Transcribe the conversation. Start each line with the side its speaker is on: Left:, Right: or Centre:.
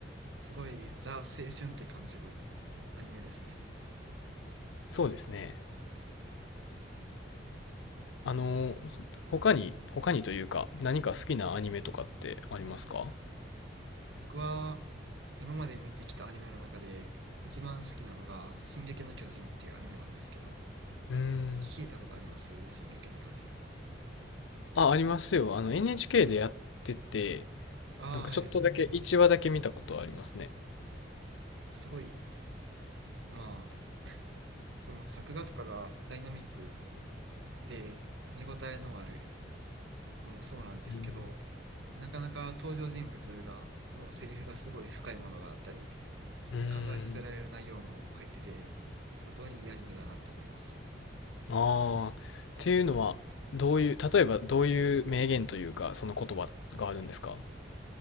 Right: すごいザ青春って感じのアニメですね。
Left: そうですね。あのー、他に、他にというか、何か好きなアニメとかってありますか
Right: 僕は今まで見てきたアニメの中で一番好きなのが「進撃の巨人」っていうアニメなんですけど、
Left: うーん。
Right: 聞いたことあります進撃の巨人。
Left: あ、ありますよ。あの、NHK でやってて、
Right: ああ、
Left: なんかちょっとだけ、
Right: はい。
Left: 1話だけ見たことありますね。
Right: すごい、まあ、その作画とかがダイナミックで見応えのあるのもそうなんですけど、
Left: うん。
Right: なかなか登場人物が、のセリフがすごい深いものがあったり、
Left: うー
Right: 考えさせられる内容も入ってて、
Left: ん。
Right: 本当にいいアニメだなって思います。
Left: ああ、っていうのは、どういう、例えばどういう名言というか、その言葉があるんですか